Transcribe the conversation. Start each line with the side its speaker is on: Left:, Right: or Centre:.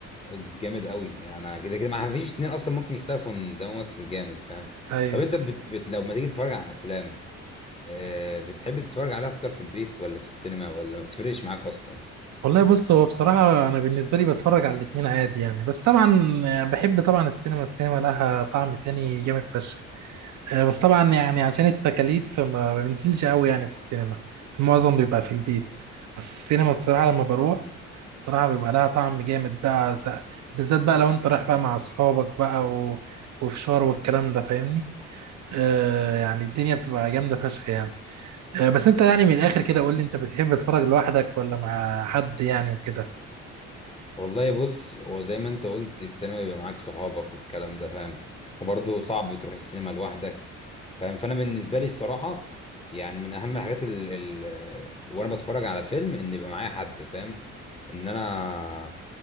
Left: جامد قوي انا كده كده ما فيش اتنين اصلا ممكن يختلفوا ان ده ممثل جامد فاهم
Right: ايوه
Left: طب انت بت... بت... لو ما تيجي تتفرج على افلام آه، بتحب تتفرج عليها اكتر في البيت ولا في السينما ولا ما بتفرقش معاك اصلا
Right: والله بص هو بصراحه انا بالنسبه لي بتفرج على الاتنين عادي يعني بس طبعا بحب طبعا السينما السينما لها طعم تاني جامد فشخ آه، بس طبعا يعني عشان التكاليف ما ما بنزلش قوي يعني في السينما المعظم بيبقى في البيت بس السينما الصراحة لما بروح الصراحة بيبقى لها طعم جامد بقى ز- بالذات بقى لو انت رايح بقى مع اصحابك بقى و... وفشار والكلام ده فاهمني آه يعني الدنيا بتبقى جامدة فشخ يعني آه بس انت يعني من الاخر كده قول لي انت بتحب تتفرج لوحدك ولا مع حد يعني وكده
Left: والله بص هو زي ما انت قلت السينما بيبقى معاك صحابك والكلام ده فاهم وبرضه صعب تروح السينما لوحدك فاهم فانا بالنسبه لي الصراحه يعني من اهم الحاجات ال ال وانا بتفرج على فيلم ان يبقى معايا حد فاهم ان انا